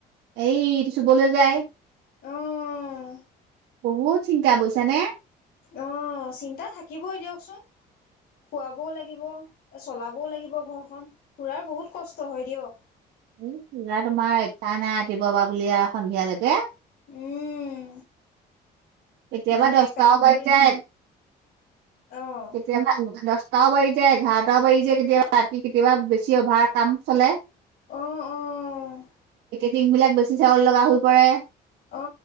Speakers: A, on the right (about 80°); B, on the left (about 65°).
A: এই চুবলৈ যায়।
B: অ',
A: বহুত চিন্তা বুজিছানে?
B: অ চিন্তা থাকিবই দিয়কচোন খুৱাবও লাগিব, চলাব লাগিব ঘৰখন। খুুৰাৰ বহুত কষ্ট হয় দিয়ক।
A: এ পূজা তোমাৰ ইচ্ছা নাই ৰাতিপুৱা পা বুলি আৰু সন্ধিয়ালৈকে
B: উম
A: কেতিয়াবা
B: মানে
A: দহটা
B: কাম
A: অ বাজি
B: কৰি
A: যাই
B: অ',
A: কেতিয়াবা দহ টাও বাজিছে যায় এঘাৰটাও বাজিছে কেতিয়াবা ৰাতি কেতিয়াবা বেছি অভাৰ কাম চলে।
B: অঁ অঁ
A: টিং বিলাক বেছি চাউল লগা হৈ পৰে
B: অ অ